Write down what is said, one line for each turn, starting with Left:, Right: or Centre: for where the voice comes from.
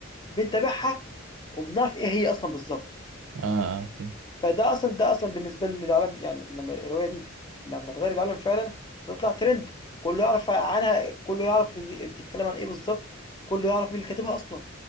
Left: بنتابعها وبنعرف إيه هي أصلا بالظبط
Right: اه اه فاهم
Left: فده أصلًا ده أصلًا بالنسبة لي العالم يعني لمّا الرواية دي لمّا اتغيّر العالم فعلًا هتطلع ترند، كلّه يعرف عنها كلّه يعرف بت بتتكلّم عن إيه بالضبط، كلّه يعرف مين اللي كاتبها أصلًا،